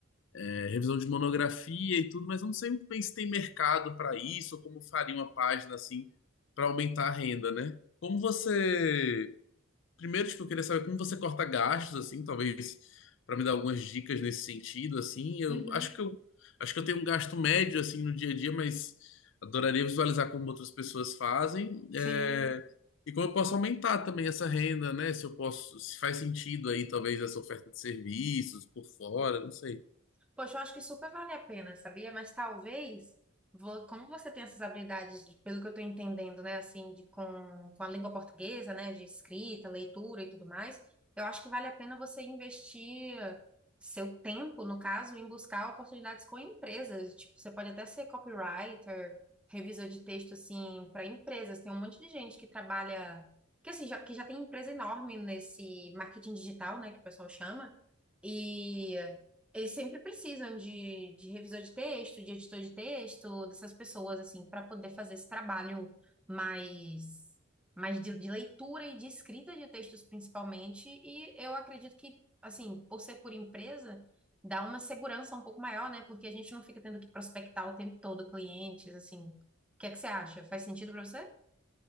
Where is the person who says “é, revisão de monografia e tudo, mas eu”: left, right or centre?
Left